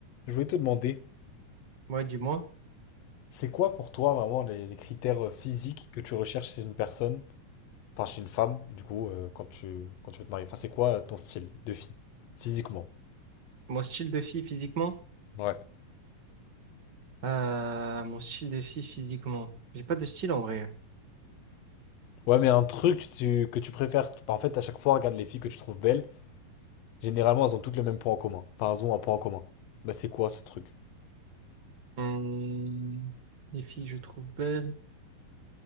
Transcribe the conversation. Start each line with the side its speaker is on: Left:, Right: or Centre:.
Left: Je voulais te demander,
Right: Ouais, dis-moi.
Left: c'est quoi pour toi vraiment les, les critères euh, physiques que tu recherches chez une personne, enfin chez une femme, du coup, euh, quand tu, quand tu veux te marier? Enfin, c'est quoi euh, ton style de fille, physiquement?
Right: Mon style de fille physiquement?
Left: Ouais.
Right: Euh, mon style de fille physiquement. J'ai pas de style en vrai.
Left: Ouais, mais un truc tu- que tu préfères, enfin, en fait, à chaque fois, regarde les filles que tu trouves belles, généralement, elles ont toutes le même point en commun. Enfin, elles ont un point en commun. Bah, c'est quoi ce truc?
Right: Hum, les filles, je trouve belles.